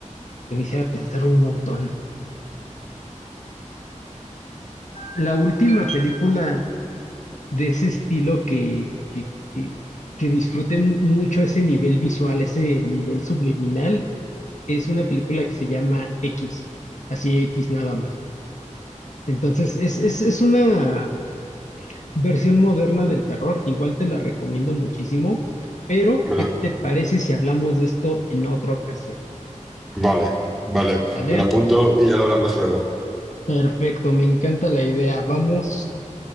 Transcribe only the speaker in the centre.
Me la-
vale, vale,
me la apunto y ya lo hablamos luego.